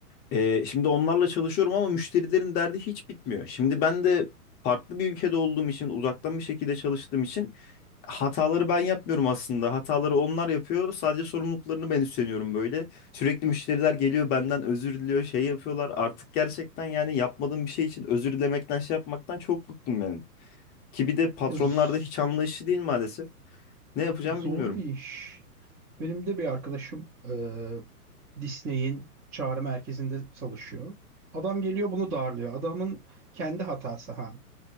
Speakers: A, on the left (about 20°); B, on the right (about 20°).
A: E, şimdi onlarla çalışıyorum ama müşterilerin derdi hiç bitmiyor. Şimdi ben de farklı bir ülkede olduğum için uzaktan bir şekilde çalıştığım için hataları ben yapmıyorum aslında. Hataları onlar yapıyor. Sadece sorumluluklarını ben üstleniyorum böyle. Sürekli müşteriler geliyor benden özür diliyor şey yapıyorlar. Artık gerçekten yani yapmadığım bir şey için özür dilemekten şey yapmaktan çok bıktım benim. Ki bir de patronlarda
B: Ya z-
A: hiç anlayışı değil maalesef. Ne yapacağım
B: zor
A: bilmiyorum.
B: bir iş. Benim de bir arkadaşım e, Disney'in çağrı merkezinde çalışıyor. Adam geliyor bunu darlıyor. Adamın kendi hatası ha.